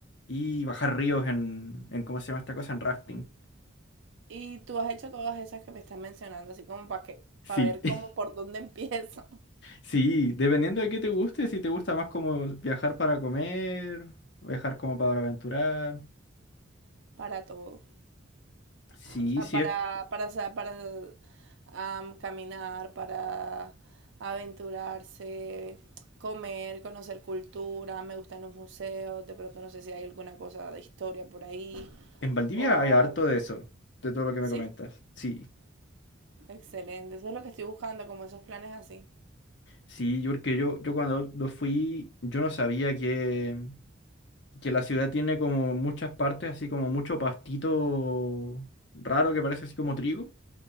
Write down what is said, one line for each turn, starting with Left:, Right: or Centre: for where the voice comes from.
Left: y bajar ríos en, en ¿cómo se llama esta cosa? En rafting.
Right: Y tú has hecho todas esas que me estás mencionando, así como para que,
Left: Sí,
Right: para ver
Left: <laughs>
Right: cómo por dónde empiezo
Left: sí, dependiendo de qué te guste, si te gusta más como viajar para comer, viajar como para aventurar.
Right: <laughs> para todo.
Left: Sí,
Right: O sea,
Left: sí,
Right: para,
Left: es
Right: para, sa- para am, caminar, para aventurarse, comer, conocer cultura. Me gustan los museos. De pronto no sé si hay alguna cosa de historia por ahí.
Left: En Valdivia
Right: O...
Left: hay harto de eso, de todo lo que me
Right: Sí,
Left: comentas. Sí,
Right: excelente. Eso es lo que estoy buscando, como esos planes así.
Left: sí, yo porque yo, yo cuando lo fui, yo no sabía que, que la ciudad tiene como muchas partes, así como mucho pastito raro que parece así como trigo.